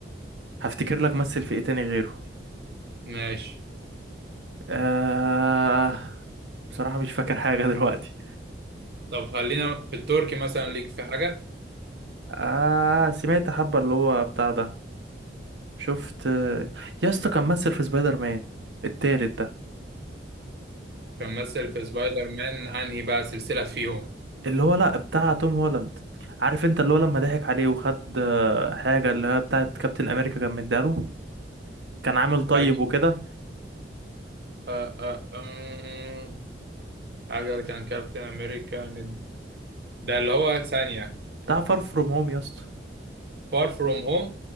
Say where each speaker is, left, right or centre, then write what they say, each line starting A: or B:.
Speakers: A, on the right; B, on the right.
A: هفتكر لك مثل في ايه تاني غيره
B: ماشي
A: آه بصراحة مش فاكر حاجة <laughs> دلوقتي
B: طب خلينا في التركي مثلا ليك في حاجة
A: آه سمعت حبة اللي هو بتاع ده شفت يا اسطى كان ممثل في سبايدر مان التالت ده
B: كان مثل في سبايدر مان انهي بقى سلسلة فيهم
A: اللي هو لا بتاع توم هولاند عارف انت اللي هو لما ضحك عليه وخد آه، حاجة اللي هي بتاعت كابتن أمريكا كان مدياله كان عامل طيب
B: حاجة
A: وكده
B: آه آه آم، حاجة اللي كان كابتن امريكا من- ده اللي هو ثانية
A: بتاع فار فروم هوم يا اسطى
B: فار فروم هوم